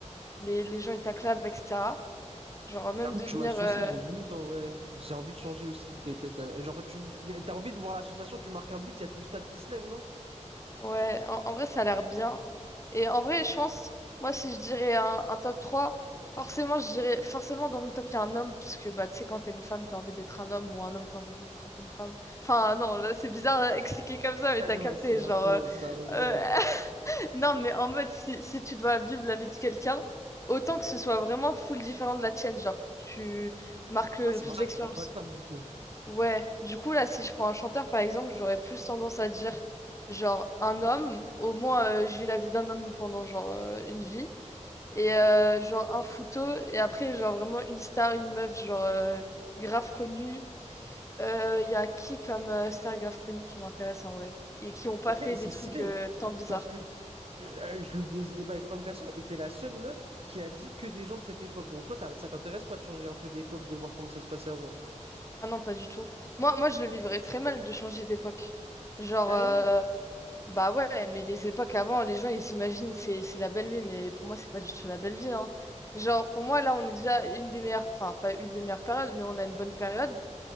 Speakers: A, on the left; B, on the right.
A: les, les gens, ils t'acclament, etc. Genre, même
B: J'avoue
A: devenir,
B: que tu m'as saucé,
A: euh,
B: j'ai limite, hein, ouais. J'ai envie de changer aussi. T'es- t'es- t'as- genre, tu, t'as envie de voir la sensation, tu marques un but, il y a tout le stade qui se lève, non?
A: Ouais, en, en vrai, ça a l'air bien. Et en vrai, je pense, moi, si je dirais un, un top trois forcément, je dirais, forcément, dans mon top, il y a un homme, parce que, bah, tu sais, quand t'es une femme, t'as envie d'être un homme, ou un homme, t'as envie d'être un peu une femme. Enfin, non, là, c'est bizarre <laughs> là, expliquer comme ça, mais
B: Ouais,
A: t'as
B: ouais,
A: capté,
B: c'est
A: genre,
B: un peu
A: euh,
B: ça, ouais.
A: euh, <laughs> non, mais en mode, si, si tu dois vivre la vie de quelqu'un, autant que ce soit vraiment full différent de la tienne, genre, pour que tu marques le
B: Ouais, c'est
A: plus
B: pour ça
A: d'expérience.
B: que tu prends pas de femme, du coup.
A: Ouais, du coup, là, si je prends un chanteur, par exemple, j'aurais plus tendance à dire, genre, un homme, au moins, euh, je vis la vie d'un homme pendant, genre, euh, une vie, et, euh, genre, un photo, et après, genre, vraiment, une star, une meuf, genre, euh, grave connue. Euh, Il y a qui comme euh, star grave connue qui m'intéresse en vrai, et qui ont pas
B: En
A: fait
B: fait, c'est
A: des trucs
B: stylé,
A: euh, tant bizarres?
B: parce que euh, je le dé- ce débat avec plein de personnes, et t'es la seule meuf qui a dit que des gens de cette époque. Donc toi, t'as- ça t'intéresse pas de changer un peu d'époque, de voir comment ça se passait avant?
A: Ah non, pas du tout. Moi, moi, je le vivrais très mal de changer d'époque. Genre,
B: Carrément.
A: euh, Bah ouais, mais les époques avant, les gens ils s'imaginent c'est c'est la belle vie, mais pour moi c'est pas du tout la belle vie, hein. Genre pour moi là on est déjà une des meilleures, enfin pas une des meilleures périodes, mais on a une bonne période.